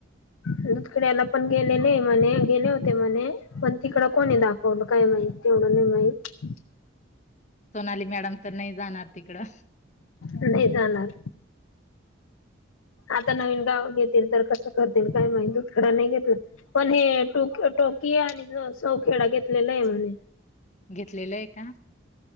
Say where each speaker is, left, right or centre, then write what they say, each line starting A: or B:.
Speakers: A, on the left; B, on the left.
A: दुधखड्याला पण गेलेले म्हणे गेले होते म्हणे पण तिकडं कोणी दाखवलं काय माहित तेवढं नाही माहित.
B: सोनाली मॅडम तर नाही जाणार तिकडं.
A: नाही जाणार. आता नवीन गाव घेतील तर कसं करतील काय माहित दुधखडा नाही घेतील पण हे टोक टोक की आणि सौ खेडा घेतलेला आहे म्हणे.
B: घेतलेलं आहे का?